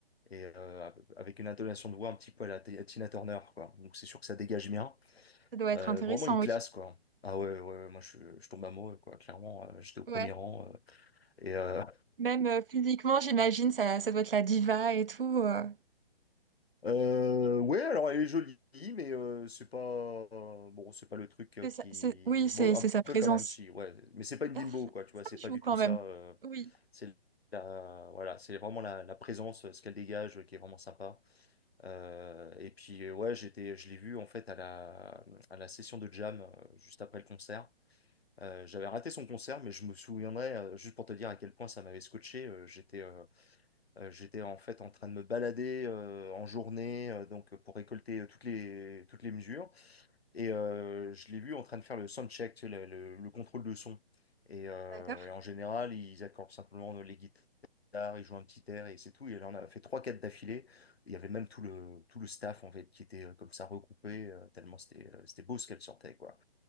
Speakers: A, on the left (about 80°); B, on the right (about 65°).
A: et euh, avec une intonation de voix un petit peu à la T- à Tina Turner, quoi. Donc c'est sûr que ça dégage bien.
B: Ça doit être
A: Euh,
B: intéressant,
A: vraiment une
B: oui.
A: classe, quoi. Ah ouais, ouais, ouais, moi je, je tombe amoureux, quoi. Clairement, euh, j'étais au premier
B: Ouais.
A: rang. euh, et euh,
B: Même euh, physiquement, j'imagine, ça, ça doit être la diva et tout. euh.
A: Euh, ouais, alors elle est jolie, mais euh, c'est pas euh, bon, c'est pas le truc euh,
B: C'est
A: qui
B: ça- c'est- oui, c'est
A: bon un
B: c'est sa présence.
A: peu quand même si ouais, mais c'est pas une
B: Ah,
A: bimbo quoi, tu vois,
B: ça
A: c'est
B: joue
A: pas du
B: quand
A: tout ça.
B: même.
A: euh,
B: Oui,
A: c'est la voilà, c'est vraiment la, la présence, euh, ce qu'elle dégage, euh, qui est vraiment sympa. Euh, et puis euh, ouais, j'étais, je l'ai vue en fait à la à la session de jam euh, juste après le concert. Euh, j'avais raté son concert, mais je me souviendrai euh, juste pour te dire à quel point ça m'avait scotché. euh, j'étais euh, euh, j'étais en fait en train de me balader euh, en journée, euh, donc euh, pour récolter euh, toutes les, toutes les mesures. Et euh, je l'ai vu en train de faire le sound check, tu sais, le, le- le contrôle de son. Et, euh,
B: d'accord.
A: et en général, ils accordent simplement les guitares, ils jouent un petit air et c'est tout. Et là, on a fait trois, quatre d'affilée. Il y avait même tout le, tout le staff en fait qui était euh, comme ça regroupé, euh, tellement c'était euh, c'était beau ce qu'elle sortait, quoi.